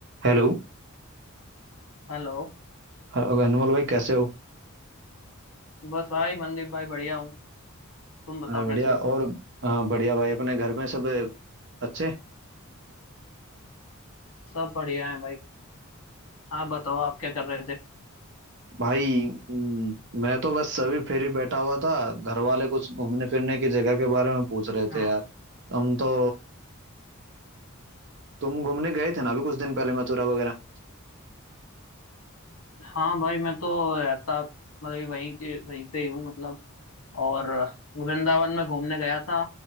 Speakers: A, on the right (about 55°); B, on the left (about 80°).
A: हेलो
B: Hello
A: हेलो, अनमोल भाई कैसे हो
B: बस भाई मनदीप भाई बढ़िया हूँ तुम बताओ
A: अरे बढ़िया
B: कैसे हो
A: और हाँ बढ़िया भाई अपने घर में सब अच्छे
B: सब बढ़िया है भाई आप बताओ आप क्या कर रहे थे
A: भाई हम्म, मैं तो बस अभी फिर ही बैठा हुआ था घर वाले कुछ घूमने फिरने की जगह के बारे में पूछ रहे
B: हाँ
A: थे यार तुम तो तुम घूमने गए थे ना अभी कुछ दिन पहले मथुरा वगैरह
B: हाँ भाई मैं तो रहता मतलब ये वहीं के वहीं पे ही हूँ मतलब और वृंदावन में घूमने गया था